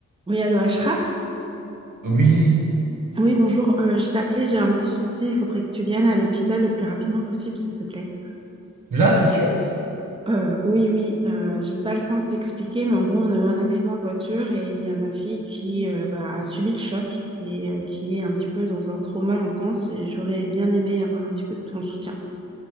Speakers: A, on the right; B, on the right.
A: Oui, allô, Ashraf?
B: Oui.
A: Oui, bonjour. Euh, je t'appelais, j'ai un petit souci. Il faudrait que tu viennes à l'hôpital le plus rapidement possible, s'il te plaît.
B: Là, tout de suite?
A: Euh, oui, oui, euh, j'ai pas le temps de t'expliquer, mais en gros, on a eu un accident de voiture et il y a ma fille qui euh, bah, a subi le choc et euh, qui est un petit peu dans un trauma intense et j'aurais bien aimé avoir un petit peu de ton soutien.